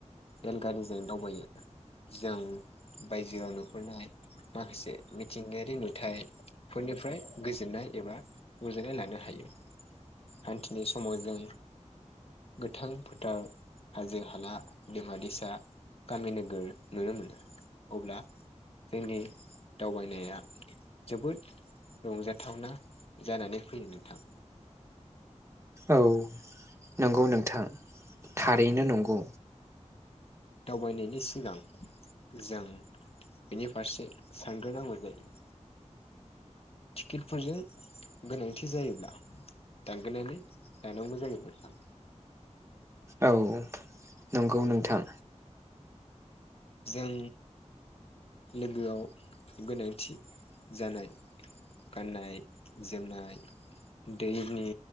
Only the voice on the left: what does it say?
रेलगारिजों दावबायो जों बायजोआव नुहुरनाय माखासे मिथिंगायारि नुथाय फोरनिफ्राय गोजोननाय एबा रुजोननाय लानो हायो। हान्थिनाय समाव जों गोथां फोथार हाजो हाला दैमा दैसा गामि नोगोर नुनो मोनो अब्ला जोंनि दावबायनाया जोबोद रंजाथावना जानानै फैयो नोंथां।
दावबायनायनि सिगां जों बेनि फारसे सानग्रो नांगौ जायो। टिकेटफोरजों गोनांथि जायोब्ला दांगोनानै जानांगौ जायो म सा
जों लोगोआव गोनांथि जानाय गाननाय जोमनाय दैनि